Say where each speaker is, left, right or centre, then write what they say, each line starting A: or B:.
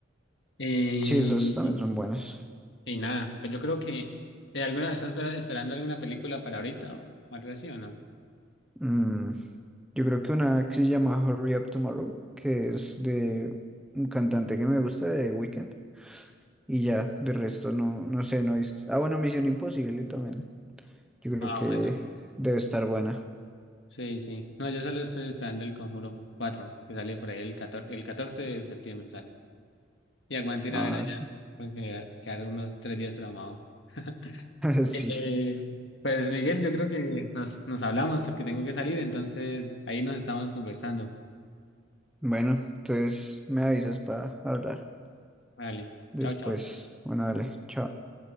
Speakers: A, on the left; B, in the centre.
A: Y,
B: Sí, esas también son buenas.
A: y nada, pues yo creo que. eh, alguna, ¿estás espera- esperando alguna película para ahorita o algo así o no?
B: Mm, yo creo que una que se llama Hurry Up Tomorrow, que es de un cantante que me gusta de Weekend Y ya, de resto no, no sé, no he visto. Ah, bueno, Misión Imposible también. Yo creo
A: Ah,
B: que
A: bueno.
B: debe estar buena.
A: Sí, sí. No, yo solo estoy esperando el Conjuro cuatro, que sale por ahí el 14, el 14 de septiembre sale. Y aguante ir
B: Ah,
A: a ver allá, porque quedaron unos tres días traumado. <laughs>
B: <laughs> sí.
A: Eh, pues Miguel, yo creo que nos, nos hablamos porque tengo que salir, entonces ahí nos estamos conversando.
B: Bueno, entonces me avisas para hablar
A: Vale,
B: después.
A: chao, chao.
B: Bueno, dale, chao.